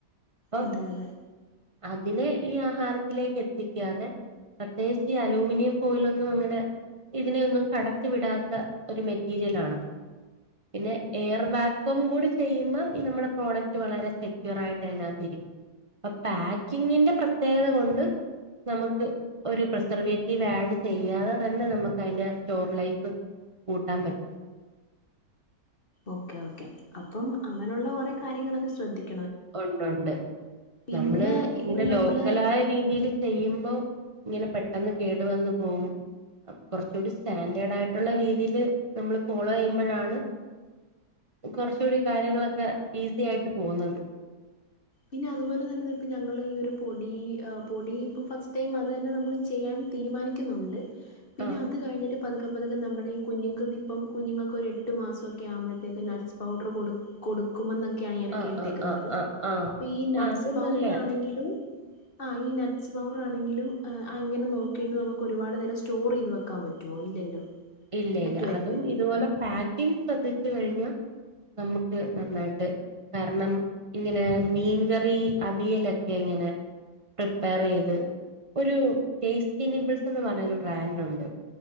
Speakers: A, on the right; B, on the left.
A: അപ്പം
B: അതെ അതെ
A: അതിനെ ഈ ആഹാരത്തിലേക്ക് എത്തിക്കാതെ പ്രത്യേകിച്ച് ഈ അലൂമിനിയം ഫോയിലൊന്നും അങ്ങനെ ഇതിനെയൊന്നും കടത്തി വിടാ ഒരു മെറ്റീരിയൽ ആണല്ലോ പിന്നെ എയർ വാക്കും കൂടി ചെയ്യുന്ന ഈ നമ്മുടെ പ്രോഡക്റ്റ് വളരെ സെക്യൂർ ആയിട്ട് അതിനകത്തിരിക്കും അപ്പൊ പാക്കിങ്ങിന്റെ പ്രത്യേകത കൊണ്ട് നമുക്ക് ഒരു പ്രിസർവേറ്റീവ് ആഡ് ചെയ്യാതെ തന്നെ നമുക്ക് അതിന്റെ സ്റ്റോർ ലൈഫ് കൂട്ടാൻ പറ്റും
B: ഓക്കേ ഓക്കേ അപ്പം അങ്ങനെയുള്ള കൊറേ കാര്യങ്ങളൊക്കെ ശ്രദ്ധിക്ക
A: ഒണ്ടൊണ്ട്
B: പിന്നെ
A: നമ്മള് ഇങ്ങനെ
B: ഇപ്പൊ നമ്മള്
A: ലോക്കലായ രീതിയിൽ ചെയ്യുമ്പോ ഇങ്ങനെ പെട്ടെന്ന് കേടു വന്ന് പോകും കുറച്ചൂടി സ്റ്റാൻഡേർഡ് ആയിട്ടുള്ള രീതിൽ നമ്മള് ഫോളോ ചെയ്യുമ്പോഴാണ് കുറച്ചൂടി കാര്യങ്ങളൊക്കെ ഈസി ആയിട്ട് പോകുന്നത്
B: പിന്നെ അതുപോലെ തന്നെ ഇപ്പ ഞങ്ങൾ ഈ ഒരു പൊടി പൊടി ഇപ്പം ഫസ്റ്റ് ടൈം അത് തന്നെ നമ്മൾ ചെയ്യാൻ തീരുമാനിക്കുന്നുണ്ട് പിന്നെ
A: ആ
B: അത് കഴിഞ്ഞിട്ട് പതുക്കെ പതുക്കെ നമ്മുടെ കുഞ്ഞങ്ങൾ ഇപ്പം കുഞ്ഞുങ്ങൾക്ക് ഒരു എട്ട് മാസൊക്കെ ആവുമ്പഴത്തേക്ക് നട്സ് പൗഡർ കൊടുക്കും കൊടുക്കുമെന്നൊക്കെയാണ് ഞാന്
A: ആ
B: കേട്ടേക്കുന്നത്
A: ആ ആ ആ ആ
B: അപ്പൊ ഈ നട്ട്സ്
A: ആ അത്
B: പൗഡർ
A: നല്ലയാ
B: ആണെങ്കിലും ആ ഈ നട്സ് പൗഡറാണെങ്കിലും അങ്ങനെ നോക്കിയിട്ട് നമുക്ക് ഒരുപാട് നേരം സ്റ്റോർ ചെയ്ത് വെ വക്കാൻ പറ്റുമോ ഇല്ലല്ലോ
A: ഇല്ല
B: പറ്റുമായിരിക്കുമല്ലേ
A: ഇല്ല അതും ഇതുപോലെ പാക്കിങ് ശ്രദ്ധിച്ചു കഴിഞ്ഞ നമുക്ക് നന്നായിട്ട് കാരണം ഇങ്ങനെ മീൻകറി അവിയലൊക്കെ ഇങ്ങനെ പ്രിപ്പയർ ചെയ്ത് ഒരു ടേസ്റ്റി നിബിൾസ് എന്ന് പറഞ്ഞ ഒരു ബ്രാൻഡ് ഉണ്ട്